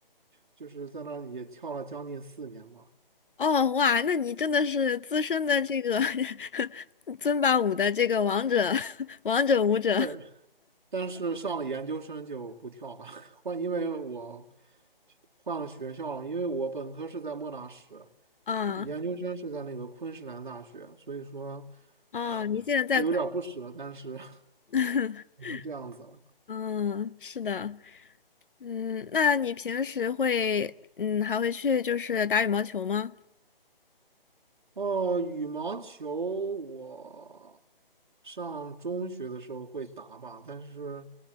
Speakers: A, on the right (about 55°); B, on the left (about 60°).
A: 就是在那儿也跳了将近四年吧。
B: 哦，哇，那你真的是资深的这个 <laughs> 尊巴舞的这个王者，<laughs> 王者舞者
A: 对，但是上了研究生就不跳了，<laughs> 换，因为我换了学校了，因为我本科是在莫纳什，
B: 啊，
A: 研究生是在那个昆士兰大学，所以说
B: 哦，
A: <laughs>
B: 你现在在昆
A: 有点儿不舍，但是 <laughs>
B: <laughs>
A: 只能这样子了。
B: 嗯，是的，嗯，那你平时会，嗯，还会去就是打羽毛球吗？
A: 哦，羽毛球我上中学的时候会打吧，但是